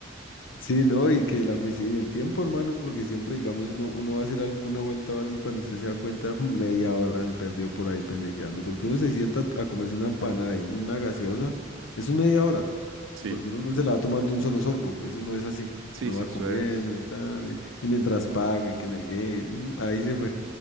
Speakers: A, on the left; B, on the right.
A: Sí, no, y que la cuestión, y el tiempo, hermano, porque siempre, digamos, uno, uno va a hacer alguna vuelta o algo y cuando usted se da cuenta, mm, media hora se perdió por ahí pendejeando, porque uno se sienta a comerse una empanada y una gaseosa, eso es media hora.
B: Sí.
A: porque uno no se la va a tomar de un solo sorbo, pues eso no es así.
B: Sí,
A: Uno
B: sí,
A: va
B: eso
A: comiendo
B: es.
A: y tal, y, y mientras paga y que no hay que, mm, ahí se fue.